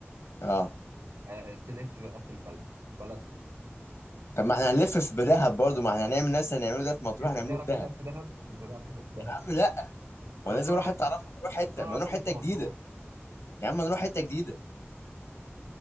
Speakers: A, on the left; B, on the right.
A: اه
B: أه تلف بقى في البلد البلد حلو
A: طب ما احنا
B: خش
A: هنلف في دهب برضو ما احنا هنعمل نفس اللي هنعمله ده في مطروح
B: انت
A: هنعمله
B: تعرف
A: في دهب
B: حتت في دهب انت تعرف حتت في دهب
A: يا عم لا
B: خلاص
A: وانا لازم
B: ولا
A: اروح حته
B: انا
A: اعرفها نروح حته
B: بس انا
A: ما
B: اعرف
A: نروح
B: حتت
A: حته
B: في
A: جديده
B: مطروح
A: يا عم نروح حته جديده